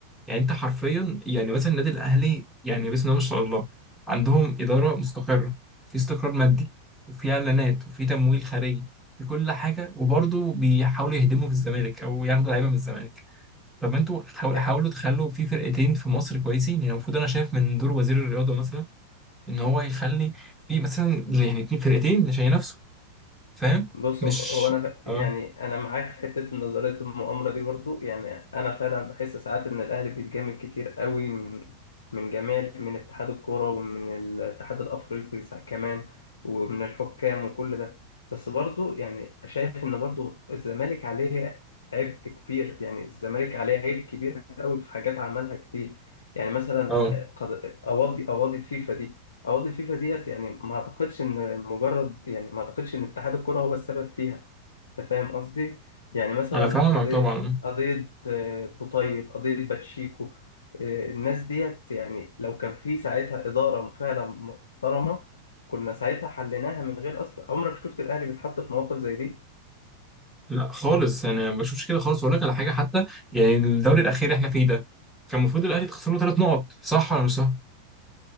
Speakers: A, in the centre; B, on the left.
A: يعني انت حرفيا يعني مثلا النادي الاهلي يعني بسم الله ما شاء الله عندهم اداره مستقره في استقرار مادي وفي اعلانات وفي تمويل خارجي في كل حاجه وبرضه بيحاولوا يهدموا في الزمالك او ياخدوا لعيبه من الزمالك طب ما انتوا حاول-
B: إيه.
A: حاولوا تخلوا في فرقتين في مصر كويسين يعني المفروض انا شايف من دور وزير الرياضه مثلا ان هو يخلي في مثلا يعني اتنين فرقتين عشان ينافسوا فاهم
B: بص
A: مش
B: هو انا ف-
A: اه
B: يعني انا معاك في حته نظريه المؤامره دي برضو يعني انا فعلا بحس ساعات ان الاهلي بيتجامل كتير قوي من من جميع من اتحاد الكوره ومن الاتحاد الافريقي ساع- كمان ومن الحكام وكل ده بس برضو يعني شايف ان برضو الزمالك عليه عبء كبير يعني الزمالك عليه عيب كبير قوي في حاجات عملها كتير يعني مثلا
A: اه
B: ح- قض- قواضي قواضي الفيفا دي عقد الفيفا ديت يعني ما اعتقدش ان مجرد يعني ما اعتقدش ان اتحاد الكرة هو السبب فيها انت فاهم قصدي يعني مثلا
A: انا فاهمه
B: قضية
A: معاك طبعا
B: قضية آه، بوطيب قضية باتشيكو آه، الناس ديت يعني لو كان في ساعتها إدارة فعلا محترمة كنا ساعتها حليناها من غير أصلا عمرك شفت الأهلي بيتحط في مواقف زي دي
A: لا خالص يعني انا ما بشوفش كده خالص اقول لك على حاجه حتى يعني الدوري الاخير احنا فيه ده كان المفروض الاهلي تخسر له ثلاث نقط صح ولا مش صح